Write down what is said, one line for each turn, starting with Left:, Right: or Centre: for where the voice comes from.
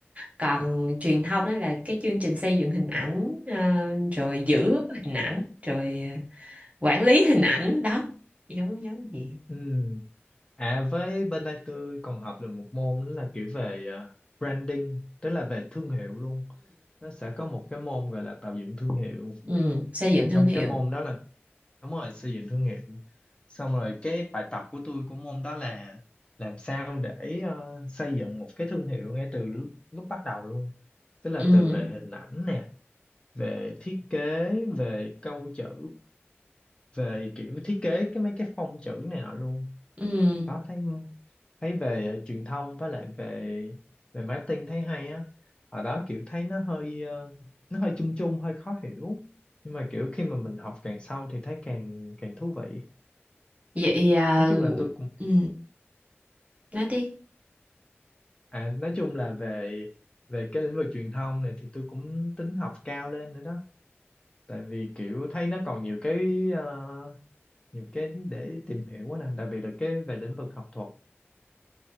Right: còn truyền thông đó là cái chương trình xây dựng hình ảnh ờ, rồi giữ hình ảnh rồi ờ, quản lý hình ảnh đó giống giống gì
Left: Ừm. à với bên đây tôi còn học được một môn đó là kiểu về ờ, branding tức là về thương hiệu luôn nó sẽ có một cái môn gọi là tạo dựng thương hiệu
Right: ừ, xây dựng
Left: thì
Right: thương
Left: trong
Right: hiệu
Left: cái môn đó là đúng rồi xây dựng thương hiệu xong rồi cái bài tập của tôi của môn đó là làm sao để ờ, xây dựng một cái thương hiệu ngay từ lúc, lúc bắt đầu luôn tức là
Right: ừ,
Left: từ về hình ảnh nè về thiết kế về câu chữ về kiểu thiết kế cái mấy cái phông chữ này nọ luôn
Right: ừ.
Left: đó thấy thấy về ờ, truyền thông với lại về về marketing thấy hay á ở đó kiểu thấy nó hơi ờ, nó hơi chung chung hơi khó hiểu nhưng mà kiểu khi mà mình học càng sâu thì thấy càng càng thú vị
Right: vậy à,
Left: nói chung là tôi cũng
Right: ừ. nói đi
Left: à nói chung là về về cái lĩnh vực truyền thông này thì tôi cũng tính học cao lên nữa đó tại vì kiểu thấy nó còn nhiều cái ờ, nhiều cái để tìm hiểu quá nè đặc biệt là cái về lĩnh vực học thuật